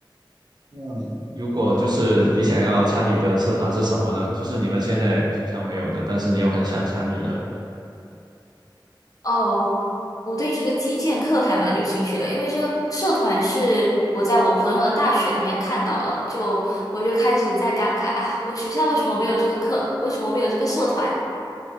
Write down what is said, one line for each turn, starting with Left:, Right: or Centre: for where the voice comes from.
Right: 那如果就是你想要参与的社团是什么呢？就是你们现在学校没有的，但是你又很想参与的，
Left: 哦，我对这个击剑课还蛮有兴趣的，因为这个社团是我在我朋友的大学那边看到的，就我就开始在感慨啊，我学校为什么没有这个课，为什么没有这个社团？